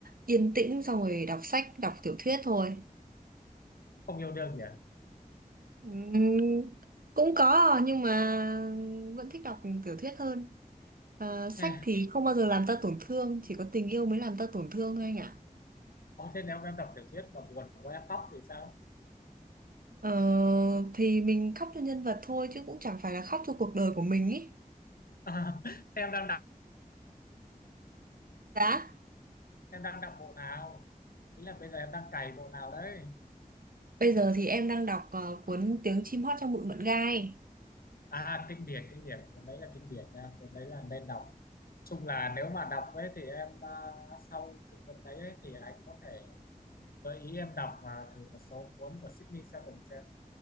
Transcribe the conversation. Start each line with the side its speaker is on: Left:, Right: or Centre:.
Right: yên tĩnh xong rồi đọc sách, đọc tiểu thuyết thôi.
Left: không yêu đương nhỉ
Right: Ừm, cũng có nhưng mà vẫn thích đọc tiểu thuyết hơn. Ờ, sách
Left: Ê,
Right: thì không bao giờ làm ta tổn thương, chỉ có tình yêu mới làm ta tổn thương thôi anh ạ.
Left: Ồ, thế nếu em đọc tiểu thuyết mà buồn quá em khóc thì sao
Right: Ờ, thì mình khóc cho nhân vật thôi chứ cũng chẳng phải là khóc cho cuộc đời của mình ý
Left: <laughs> thế em đang đọc
Right: Đã.
Left: em đang đọc bộ nào ý là bây giờ em đang cày bộ nào đấy
Right: Bây giờ thì em đang đọc ờ, cuốn Tiếng chim hót trong bụi mận gai.
Left: à kinh điển kinh điển cuốn đấy là kinh điển nha cuốn đấy là nên đọc chung là nếu mà đọc ấy thì em à, sau cái cuốn đấy ấy, thì anh có thể gợi ý em đọc mà thử một số cuốn của Sydney Sheldon xem